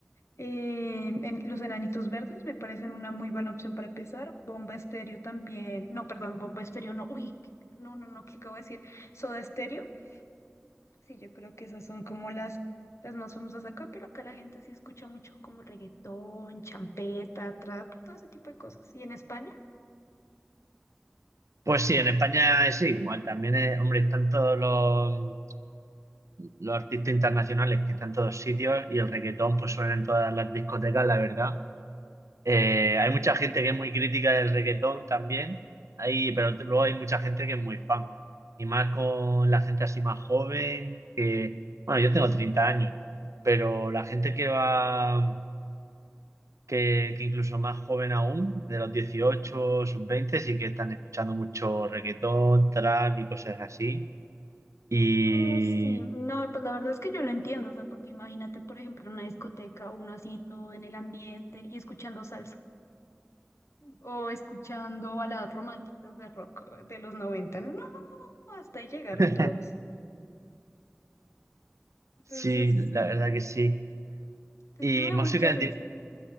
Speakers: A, on the left (about 65°); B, on the right (about 75°).
A: Eh, en- los enanitos verdes me parecen una muy buena opción para empezar. Bomba Estéreo también. No, perdón, Bomba Estéreo no. Uy, qué- no, no, no, ¿qué acabo de decir? Soda Estéreo. Sí, yo creo que esas son como las, las más famosas acá, pero acá la gente sí escucha mucho como reggaetón, champeta, trap, todo ese tipo de cosas. ¿Y en España?
B: Pues sí, en España es igual. También, es- hombre, están todos los, los artistas internacionales que están en todos sitios y el reggaetón pues suena en todas las discotecas, la verdad. Eh, hay mucha gente que es muy crítica del reggaetón también, hay, pero t- luego hay mucha gente que es muy fan. Y más con la gente así más joven, que, bueno, yo tengo 30 años, pero la gente que va, que, que incluso más joven aún, de los 18 sub veinte sí que están escuchando mucho reggaetón, trap y cosas así. Y
A: No, sí, no, pues la verdad es que yo lo entiendo, o sea, porque imagínate, por ejemplo, en una discoteca, uno así todo en el ambiente y escuchando salsa o escuchando baladas románticas de rock de los noventa No, hasta ahí llegaron
B: <laughs>
A: todos. Entonces,
B: sí, la
A: sí,
B: verdad que sí.
A: es
B: Y
A: que me da
B: música
A: mucha risa.
B: en, di-